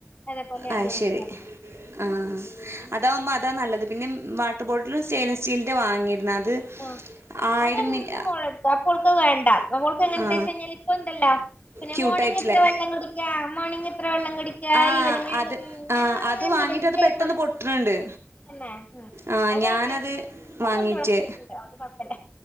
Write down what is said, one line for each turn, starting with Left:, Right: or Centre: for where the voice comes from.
Left: അതേപോലെ
Right: അത്
Left: എതണ
Right: ശരി
Left: സ്പൂണും
Right: ആ അതാാവുമ്പോൾ അതാണ് നല്ലത് പിന്നെ വാട്ടർ ബോട്ടിലും സ്റ്റെയിൻലെസ് സ്റ്റീലിൻ്റെ വാങ്ങിയിരുന്നു അത്
Left: ആ
Right: ആയിരം
Left: അതെന്റെ
Right: മില്ലി
Left: മോളെട്ത്ത അപ്പോൾക്കഹ് വേണ്ട പഓൾക്ക് എങ്ങനെത്തെച്ചയ്ഞ്ഞാല്
Right: ആ
Left: ഇപ്പ ഉണ്ടല്ലോ. പിന്നെ
Right: ക്യൂട്ടായിട്ടില്ലേ
Left: മോർണിംഗ് എത്ര വെള്ളം കുടിക്ക മോർണിങ് എത്ര വെള്ളംകുടി ഞാ
Right: ആ
Left: ഇവന
Right: അത് ആ
Left: ഞാൻ
Right: അത് വാങ്ങിയിട്ട്
Left: മറിട്ടേ
Right: അത് പെട്ടെന്ന്
Left: പോ <unintelligible>
Right: പൊട്ടുന്നുണ്ട്
Left: തന്നെ
Right: ആ
Left: അത് കഴിഞ്ഞിട്ട്
Right: ഞാനത്
Left: പന്നുണ്ട്
Right: വാങ്ങിയിട്ട്
Left: ടസ്‌ക്. ഇല്ല അവോണ്ട് കൊഴ്പ്പല്ല